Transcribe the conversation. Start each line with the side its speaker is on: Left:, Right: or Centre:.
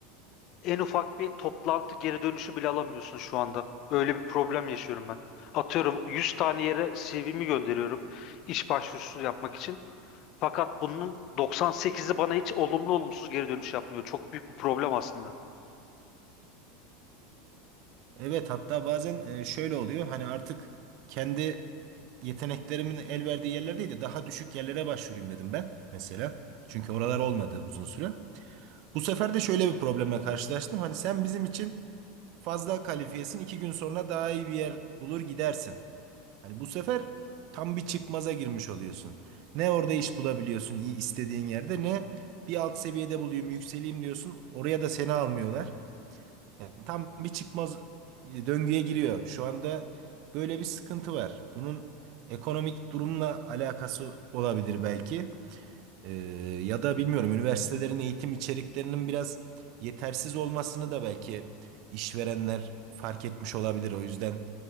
Left: en ufak bir toplantı geri dönüşü bile alamıyorsun şu anda. Öyle bir problem yaşıyorum ben. Atıyorum 100 tane yere CV'mi gönderiyorum iş başvurusu yapmak için. Fakat bunun 98'i bana hiç olumlu olumsuz geri dönüş yapmıyor. Çok büyük bir problem aslında.
Right: evet hatta bazen e, şöyle oluyor hani artık kendi yeteneklerimin el verdiği yerler değil de daha düşük yerlere başvurayım dedim ben mesela. Çünkü oralar olmadı uzun süre. Bu sefer de şöyle bir problemle karşılaştım. Hani sen bizim için fazla kalifiyesin. iki gün sonra daha iyi bir yer bulur gidersin. Hani bu sefer tam bir çıkmaza girmiş oluyorsun. Ne orada iş bulabiliyorsun iyi istediğin yerde ne bir alt seviyede bulayım yükseleyim diyorsun. Oraya da seni almıyorlar. Yani tam bir çıkmaz e, döngüye giriyor. Şu anda böyle bir sıkıntı var. Bunun ekonomik durumla alakası olabilir belki. Ee, ya da bilmiyorum üniversitelerin eğitim içeriklerinin biraz yetersiz olmasını da belki işverenler fark etmiş olabilir. O yüzden